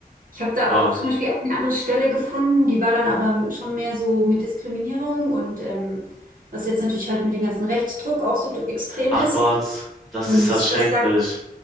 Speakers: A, on the right; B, in the centre.
A: Ich habe da
B: Ja.
A: auch zum Beispiel eine andere Stelle gefunden, die war dann aber schon mehr so mit Diskriminierung und ähm, was jetzt natürlich halt mit dem ganzen Rechtsdruck auch so extrem
B: Ach
A: ist.
B: Gott, das
A: Und
B: ist ja schrecklich.
A: das da